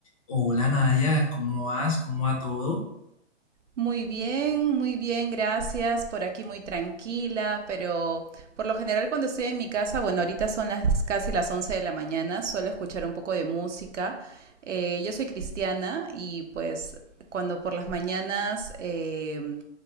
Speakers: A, on the left; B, on the right.
A: Hola Nadia, ¿cómo vas? ¿Cómo va todo?
B: Muy bien, muy bien, gracias. Por aquí muy tranquila, pero por lo general cuando estoy en mi casa, bueno, ahorita son las casi las 11 de la mañana, suelo escuchar un poco de música. Eh, yo soy cristiana y pues cuando por las mañanas eh,